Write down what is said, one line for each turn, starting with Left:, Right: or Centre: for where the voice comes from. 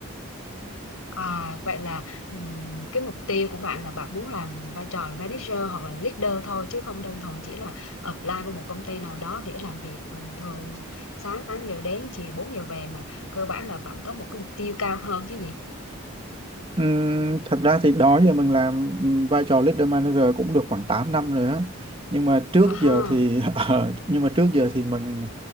Left: À, vậy là ừm, cái mục tiêu của bạn là bạn muốn làm vai trò là manager hoặc là leader thôi chứ không đơn thuần chỉ là apply vào một công ty nào đó để làm việc bình thường sáng 8 giờ đến chiều 4 giờ về mà cơ bản là bạn có một cái mục tiêu cao hơn chứ gì.
Right: Ừm, thật ra thì đó giờ mình làm ừm, vai trò leader manager cũng được khoảng 8 năm rồi á nhưng mà trước
Left: À
Right: giờ
Left: ha.
Right: thì <laughs> ờ, nhưng mà trước giờ thì mình